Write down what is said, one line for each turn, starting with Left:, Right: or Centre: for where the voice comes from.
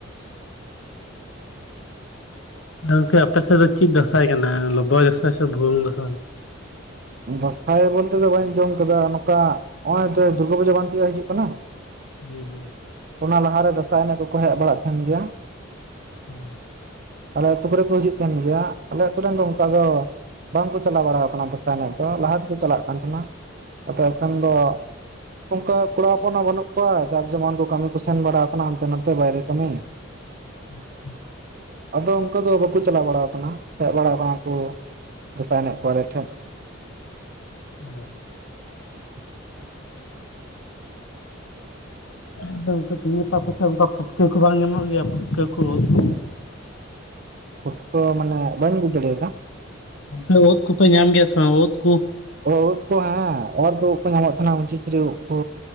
Left: ᱦᱮᱸᱜᱚᱝᱠᱮ ᱟᱯᱮ ᱥᱮᱫ ᱫᱚ ᱪᱮᱫ ᱫᱟᱸᱥᱟᱭ ᱠᱟᱱᱟ? ᱞᱚᱵᱚᱭ ᱫᱟᱸᱥᱟᱭ ᱥᱮ ᱵᱷᱩᱣᱟᱹᱝ ᱫᱟᱸᱥᱟᱭ?
Right: ᱫᱟᱸᱥᱟᱭ ᱵᱚᱞᱛᱮ ᱫᱚ ᱵᱟᱹᱧ ᱟᱡᱚᱢ ᱟᱠᱟᱫᱟ, ᱱᱚᱝᱠᱟ ᱱᱚᱜᱼᱚᱭ ᱛᱚ ᱫᱩᱨᱜᱟᱹ ᱯᱩᱡᱟᱹ ᱵᱟᱝ ᱛᱤᱭᱟᱹᱜ ᱦᱤᱡᱩᱜ ᱠᱟᱱᱟ
Left: ᱦᱩᱸ ᱦᱩᱸ ᱾
Right: ᱚᱱᱟ ᱞᱟᱦᱟᱨᱮ ᱫᱟᱸᱥᱟᱭ ᱮᱱᱮᱡ ᱠᱚᱠᱚ ᱦᱮᱡ ᱵᱟᱲᱟᱜ ᱛᱟᱦᱮᱸᱱ ᱜᱮᱭᱟ ᱾
Left: ᱦᱩᱸ ᱾
Right: ᱟᱞᱮ ᱟᱛᱳ ᱠᱚᱨᱮᱜ ᱠᱚ ᱦᱤᱡᱩᱜ ᱛᱟᱦᱮᱱ ᱜᱮᱭᱟ, ᱟᱞᱮ ᱟᱛᱳ ᱨᱮᱱ ᱫᱚ ᱚᱱᱠᱟ ᱫᱚ ᱵᱟᱝᱠᱚ ᱪᱟᱞᱟᱣ ᱵᱟᱲᱟ ᱟᱠᱟᱱᱟ ᱫᱟᱥᱟ ᱥᱟᱭ ᱮᱱᱮᱡ ᱫᱚ ᱞᱟᱦᱟ ᱛᱮᱠᱚ ᱪᱟᱞᱟᱜ ᱠᱟᱱ ᱛᱟᱦᱮᱱᱟ, ᱟᱫᱚ ᱮᱠᱷᱚᱱ ᱫᱚ ᱚᱱᱠᱟ ᱠᱚᱲᱟ ᱦᱚᱯᱚᱱ ᱦᱚᱸ ᱵᱟᱹᱱᱩᱜ ᱠᱚᱣᱟ, ᱡᱟᱨ ᱡᱮᱢᱚᱱ ᱠᱚ ᱠᱟᱹᱢᱤ ᱠᱚ ᱥᱮᱱ ᱵᱟᱲᱟ ᱟᱠᱟᱱᱟ ᱦᱟᱱᱛᱮ ᱱᱟᱛᱮ ᱵᱟᱭᱨᱮ ᱠᱟᱹᱢᱤ?
Left: ᱟᱪᱪᱷᱟ ᱾
Right: ᱟᱫᱚ ᱚᱱᱠᱟ ᱫᱚ ᱵᱟᱠᱚ ᱪᱟᱞᱟᱣ ᱵᱟᱲᱟ ᱟᱠᱟᱱᱟ, ᱦᱮᱡ ᱵᱟᱲᱟ ᱟᱠᱟᱱᱟ ᱠᱚ ᱫᱟᱸᱥᱟᱭ ᱮᱱᱮᱡ ᱠᱚ ᱟᱞᱮ ᱴᱷᱮᱱ ᱾
Left: ᱚ ᱾
Right: <unintelligible>
Left: ᱟᱫᱚ ᱚᱱᱠᱟ ᱛᱤᱦᱤᱧ ᱜᱟᱯᱟ ᱟᱯᱮ ᱥᱮᱫ ᱚᱱᱠᱟ ᱯᱩᱴᱠᱟᱹ ᱠᱚ ᱵᱟᱝ ᱧᱟᱢᱚᱜ ᱜᱮᱭᱟ, ᱯᱩᱴᱠᱟᱹ ᱠᱚ ᱩᱫ ᱠᱚ?
Right: ᱯᱩᱴᱠᱟ. ᱢᱟᱱᱮ ᱵᱟᱹᱧ ᱵᱩᱡ ᱫᱟᱲᱮᱭᱟᱫᱟ?
Left: ᱚᱱᱠᱟ ᱩᱫ ᱠᱚᱯᱮ ᱧᱟᱢ ᱜᱮᱭᱟ ᱥᱮ ᱵᱟᱝ ᱩᱫ ᱠᱚ?
Right: ᱚ ᱩᱫ ᱠᱚ, ᱦᱮᱸ ᱚᱨ ᱛᱩ ᱩᱫ ᱠᱚ ᱧᱟᱢᱚᱜ ᱛᱟᱦᱮᱱᱟ ᱢᱩᱪᱤᱪᱷᱩᱨᱤ ᱩᱫ ᱠᱚ᱾